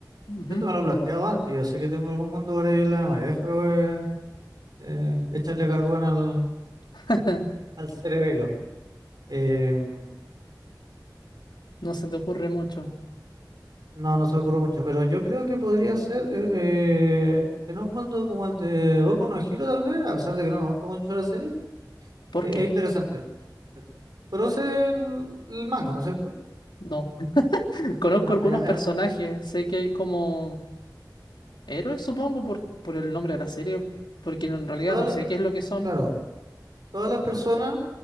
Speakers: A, on the left (about 85°); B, on the right (about 60°).
A: Ujú.
B: Yo te me lo he planteado antes, yo sé que tengo algún mundo por ahí en la memoria. Déjame eh, echarle carbón al,
A: <laughs>
B: al cerebelo. Eh,
A: No se te ocurre mucho.
B: no, no se me ocurre mucho, pero yo creo que podría ser eh, eh, en un mundo como el de Boku no Hero, tal vez, a pesar de que no me gusta mucho la serie,
A: ¿Por
B: eh,
A: qué?
B: es interesante. Conoce el, el manga, ¿no es cierto?
A: No. <laughs> Conozco
B: Ah,
A: algunos
B: Mira,
A: personajes,
B: eh,
A: sé que hay como Héroes, supongo, por, por el nombre de la serie, porque en realidad
B: toda
A: no
B: la-
A: sé qué es lo que son.
B: claro, todas las personas,